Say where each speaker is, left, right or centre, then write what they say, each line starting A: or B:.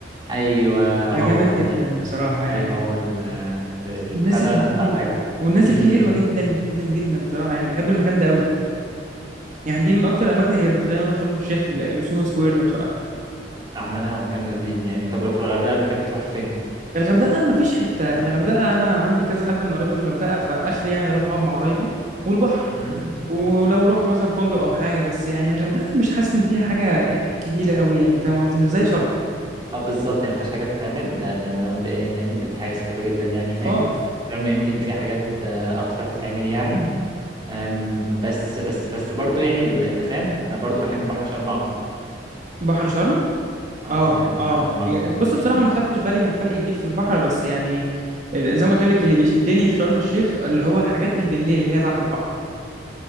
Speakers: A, on the right; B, on the right.
A: ايوه
B: ده
A: هو
B: جامد
A: <laughs> ده
B: جدا بصراحة يعني
A: ايوه هو ال- البتاع
B: الناس
A: ده
B: اللي
A: انا بتاع
B: فيه
A: بحبه
B: والناس
A: امم
B: اللي فيه حلوة جدا جدا جدا بصراحة يعني بحب المكان ده قوي يعني دي من أكتر الأماكن اللي بتخليني أروح شرم الشيخ ل- لسوهو سكوير ده بصراحة
A: عامة هو مكان لذيذ يعني طب لو في الغردقة بتحب تروح فين؟
B: الغردقة ما فيش حتة الغردقة أنا عندي كذا حد من قرايبي في الغردقة فآخري يعني أروح أقعد مع قرايبي والبحر
A: امم
B: ولو رحت مثلا فندق أو حاجة بس يعني الغردقة مش حاسس إن فيها حاجة كبيرة قوي يعني فاهم قصدي مش زي شرم
A: اه بالظبط هي ما فيهاش حاجات تتعمل ده ده ده مبدئيا يعني ده دي حاجة سخيفة جدا يعني
B: خالص
A: هناك شرم يمكن فيها حاجات آه، اكتر تتعمل يعني أم، بس بس بس برضو يعني ال- انت فاهم انا برضو بحب بحر شرم اكتر
B: بحر شرم
A: اه
B: اه
A: بحب بحر
B: اه
A: شرم اكتر
B: يا- بص
A: يعني
B: بصراحه
A: انا
B: ما خدتش بالي من فرق كبير في البحر بس يعني ال- زي ما قلت لك اللي بيشدني في شرم الشيخ اللي هو الحاجات اللي بالليل اللي هي بعد البحر